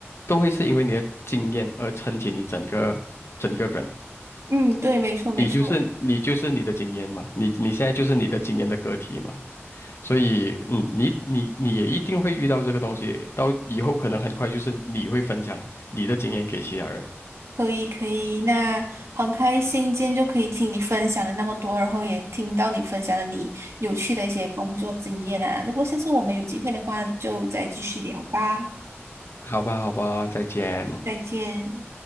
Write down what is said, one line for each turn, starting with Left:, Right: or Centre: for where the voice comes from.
Left: 都会是因为你的经验而撑起你整个整个人。
Right: 嗯，对，没错没错。
Left: 你就是你就是你的经验嘛，你你现在就是你的经验的个体嘛，所以嗯，你你你也一定会遇到这个东西，到以后可能很快就是你会分享你的经验给其他人，
Right: 可以可以，那很开心今天就可以听你分享了那么多，然后也听到你分享了你有趣的一些工作经验啊。如果下次我们有机会的话，就再继续聊吧。
Left: 好吧，好吧，再见。
Right: 再见。